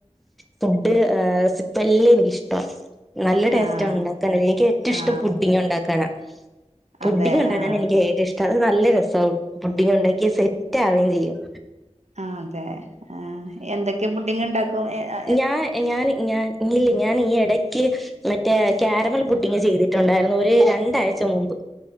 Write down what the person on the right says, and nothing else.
ആഹ്
ആഹ്
അതെ
ആഹ്
ആഹ് അതെ ആഹ് എന്തൊക്കെ പുഡിംഗ് ഉണ്ടാക്കും ഏഹ് ആഹ്